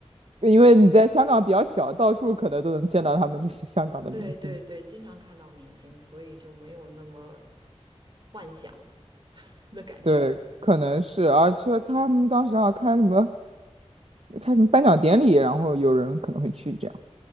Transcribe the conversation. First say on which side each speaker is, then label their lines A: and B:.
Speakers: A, on the right (about 65°); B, on the right (about 40°).
A: 因为你在香港比较小，到处可能都能见到他们这些香港的明星。
B: 对对对，经常看到明星，所以就没有那么幻想。<laughs> 的感觉。
A: 对，可能是，而且他们当时啊开什么
B: 对，
A: 开什么颁奖典礼，然后有人可能会去这样，